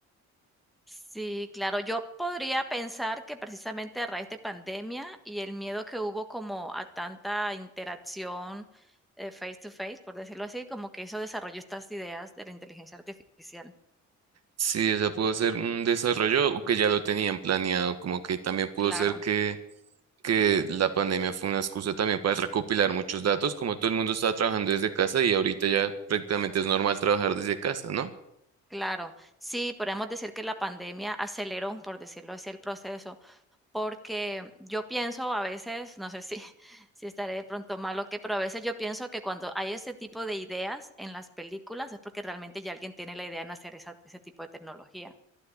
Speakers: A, in the centre; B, on the right (about 55°).
A: Sí, claro, yo podría pensar que precisamente a raíz de pandemia y el miedo que hubo como a tanta interacción eh, face to face, por decirlo así, como que eso desarrolló estas ideas de la inteligencia artificial.
B: Sí, o sea, pudo ser un desarrollo que ya lo tenían planeado, como que también pudo
A: Claro.
B: ser que, que la pandemia fue una excusa también para recopilar muchos datos, como todo el mundo estaba trabajando desde casa y ahorita ya prácticamente es normal trabajar desde casa, ¿no?
A: Claro, sí, podríamos decir que la pandemia aceleró, por decirlo así, el proceso, porque yo pienso a veces, no sé si, <laughs> si estaré de pronto mal o qué, pero a veces yo pienso que cuando hay ese tipo de ideas en las películas es porque realmente ya alguien tiene la idea en hacer esa- ese tipo de tecnología.